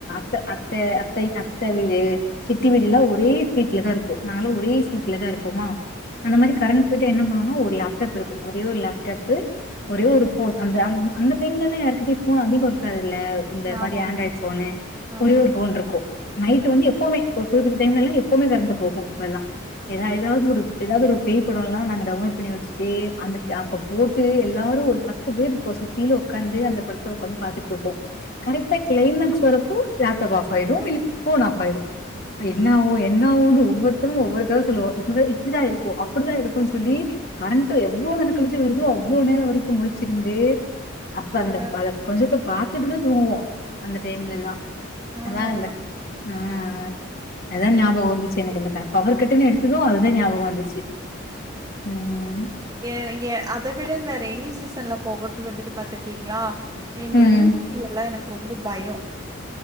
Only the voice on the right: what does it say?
ம்
ஆமாமா
ஆமாமா
ஆ
ஆமாமா
யா ய ங்ஞ அத விட இந்த ரெய்னி சீசன்ல போகறது வந்துட்டு பாத்ரிக்கீங்களா இந்த
பூத் தியெல்லா எனக் ரொம்ப பயம்